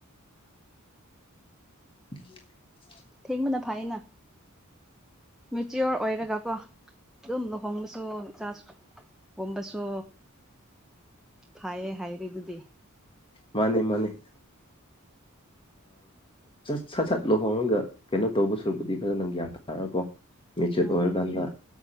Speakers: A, on the left; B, in the centre.
A: ꯊ
B: ꯊꯦꯡ ꯃꯅ ꯐꯑꯅ ꯃꯦꯆꯤꯌꯣꯔ ꯑꯣꯏꯔꯒ ꯀꯣ ꯑꯗꯨꯝ ꯂꯨꯍꯣꯡꯕꯁꯨ ꯆ ꯀꯣꯝꯕꯁꯨ ꯐꯥꯏꯌꯦ ꯍꯥꯏꯔꯤ ꯑꯗꯨꯗꯤ
A: ꯃꯥꯅꯤ ꯃꯥꯅꯤ ꯁꯠ ꯁꯠ ꯂꯨꯍꯣꯡꯉꯒ ꯀꯩꯅꯣ ꯇꯧꯕ ꯁꯔꯨꯛꯄꯨꯗꯤ ꯐꯖꯅ ꯒ꯭ꯌꯥꯟ ꯇꯥꯔꯒꯀꯣ ꯃꯦꯆꯨꯠ
B: ꯎꯝ
A: ꯑꯣꯏꯔꯀꯥꯟꯗ